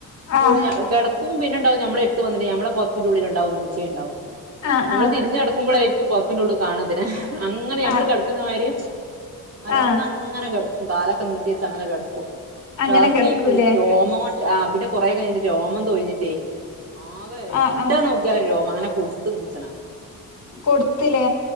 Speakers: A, on the left; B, on the right.
A: ആഹ്
B: കൂടെ നാ കിടക്കും പിന്നെ ട്ടോ ഞമ്മടെ എടുത്തുവന്നിട്ട് ഞമ്മടെ പുതപ്പിന്റുള്ളില് ഉ ണ്ടാവും പൂച്ച ഇണ്ടാവും
A: ആഹ്
B: നമ്മൾ
A: ആഹ്
B: തിരിഞ്ഞുകിടക്കുമ്പോളായിരിക്കും പൊത ൻ്റുള്ള് കാണതിനെ അങ്ങനെ ഞമ്മള്
A: ആഹ്
B: കിടക്കുന്നമാതിരി മലർന്നങ്ങനെ
A: ആഹ്
B: കിടക്കും കാലൊക്കെ നീട്ടിവെച്ചെങ്ങനെ കെടക്കും
A: അങ്ങനെ
B: ലാസ്‌റ്റീ
A: കിടക്കൂലേ
B: ബു രോമം കൊണ്ട് ആ പിന്നെ കുറേ കഴിഞ്ഞിട്ട് രോമം തൊഴിഞ്ഞിട്ടേ ആകെ എവിടെ
A: ആഹ് ആഹ്
B: നോക്കിയാലും രോമാ അങ്ങനെ കൊടുത്തു പൂച്ചേനെ
A: കൊടുത് ത്തില്ലേ